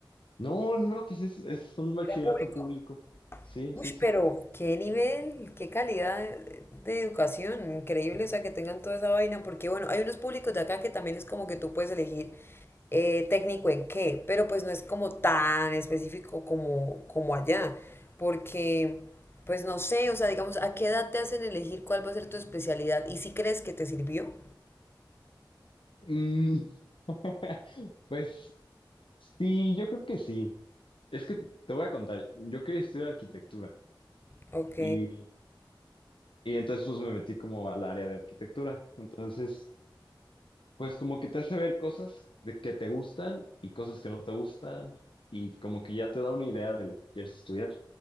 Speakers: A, on the left; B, on the left.
A: No, no, pues es, es un bachillerato
B: ¿Era público?
A: público. Sí,
B: Uy,
A: sí, sí.
B: pero qué nivel, qué calidad de de educación, increíble, o sea, que tengan toda esa vaina, porque bueno, hay unos públicos de acá que también es como que tú puedes elegir eh, técnico en qué, pero pues no es como tan específico como, como allá, porque pues no sé, o sea, digamos, ¿a qué edad te hacen elegir cuál va a ser tu especialidad? ¿Y si crees que te sirvió?
A: Mm, <laughs> Pues sí, yo creo que sí. Es que te voy a contar, yo quería estudiar arquitectura
B: Ok,
A: y, y entonces pues me metí como al área de arquitectura. Entonces, pues como que te hace ver cosas de que te gustan y cosas que no te gustan y como que ya te da una idea de lo que quieres estudiar.